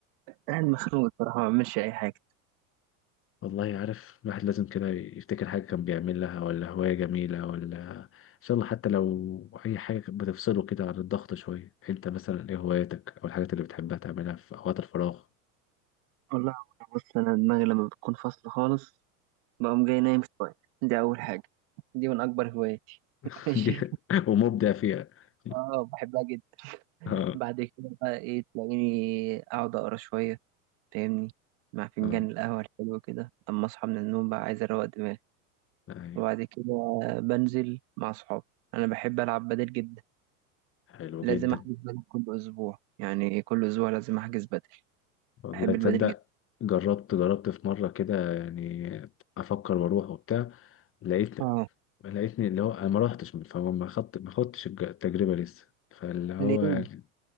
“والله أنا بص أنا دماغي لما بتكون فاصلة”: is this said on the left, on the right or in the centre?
Right